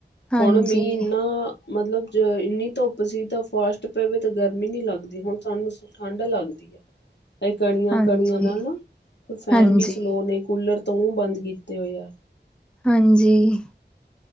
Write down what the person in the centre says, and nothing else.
ਹਾਂਜੀ
ਹਾਂਜੀ
ਹਾਂਜੀ
ਹਾਂਜੀ,